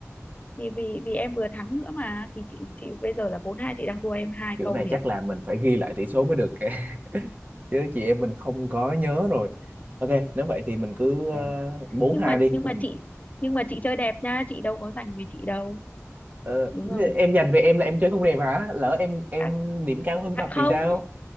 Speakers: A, on the left; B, on the right.
A: thì vì vì em vừa thắng nữa mà thì chị chị bây giờ là bốn hai chị đang thua em hai
B: kiểu
A: câu
B: này
A: liền
B: chắc là mình phải ghi lại tỷ số mới được kìa. <laughs> chứ chị em mình không có nhớ rồi ok nếu vậy thì mình cứ
A: ừ.
B: uh, bốn
A: nhưng
B: hai
A: mà
B: đi
A: nhưng mà
B: ừ.
A: chị nhưng mà chị chơi đẹp nha chị đâu có giành về chị đâu
B: Ờ,
A: đúng không
B: thế em dành về em là em chơi không đẹp hả lỡ em em
A: À,
B: điểm cao hơn
A: à
B: thật
A: không
B: thì sao